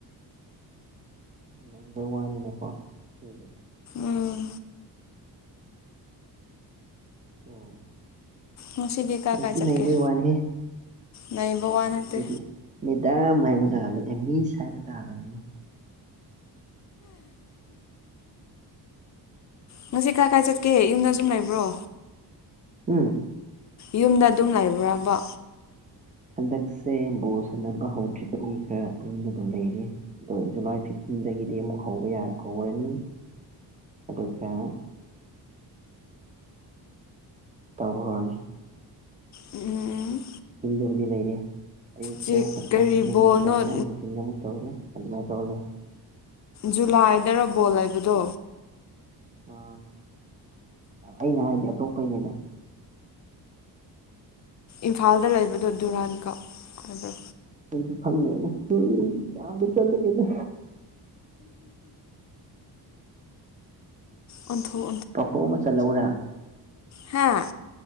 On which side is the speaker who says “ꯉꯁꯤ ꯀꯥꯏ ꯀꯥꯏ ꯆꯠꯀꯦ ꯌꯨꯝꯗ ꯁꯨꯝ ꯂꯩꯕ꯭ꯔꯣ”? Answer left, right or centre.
Left